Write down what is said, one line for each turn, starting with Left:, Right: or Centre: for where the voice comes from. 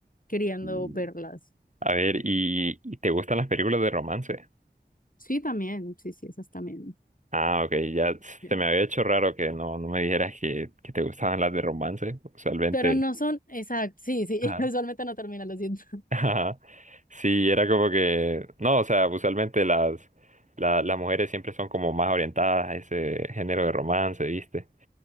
Left: queriendo
Right: Y-
Left: verlas.
Right: A ver, ¿y, y te gustan las películas de romance?
Left: Sí, también, sí, sí, esas también.
Right: Ah, ok, ya
Left: Bien.
Right: se me había hecho raro que no, no me dijeras que, que te gustaban las de romance. Usualmente,
Left: Pero no son, exacto, sí, sí,
Right: Ajá.
Left: <laughs> usualmente no termina, lo siento.
Right: <laughs> ajá, sí, era como que, no, o sea, usualmente las, la- las mujeres siempre son como más orientadas a ese género de romance, ¿viste?